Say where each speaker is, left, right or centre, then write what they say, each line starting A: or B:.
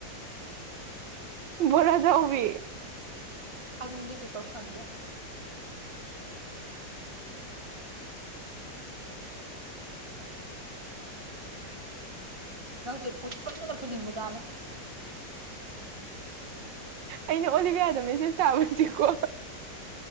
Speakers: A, on the right; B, on the right.
A: ꯣꯔꯖꯎꯕꯤ
B: ꯊꯥꯡꯅꯤꯡꯒꯁꯤꯛ ꯄꯥꯎ ꯈꯪꯗꯦ ꯅꯪꯁꯦ ꯐꯨꯗꯤꯐꯖꯅ ꯐꯨꯅꯤꯡꯕꯖꯥꯠꯅꯦ
A: ꯑꯩꯅ ꯑꯣꯂꯤꯕꯤꯌꯥꯗ ꯃꯦꯁꯦꯁ ꯇꯥꯕꯁꯤꯀꯣ